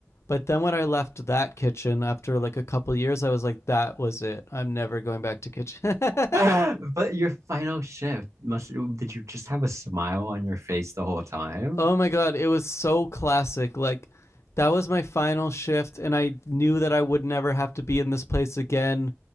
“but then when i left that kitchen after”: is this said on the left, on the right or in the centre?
Left